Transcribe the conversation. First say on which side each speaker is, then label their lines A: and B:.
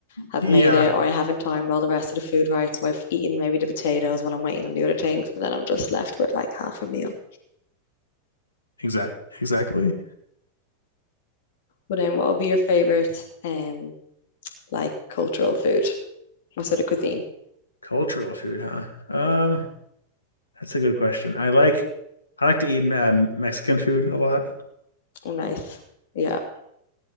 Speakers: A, on the left; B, on the left.
A: have
B: Yeah,
A: made it or I haven't timed all the rest of the food right. So I've eaten maybe the potatoes while I'm waiting on the other things and then I'm just left with like half a meal.
B: exact, exactly.
A: But then what would be your favorite um like cultural food? What sort of cuisine?
B: Cultural food, huh? Um, that's a good question. I like I like to eat um, Mexican food a lot,
A: Oh nice. Yeah.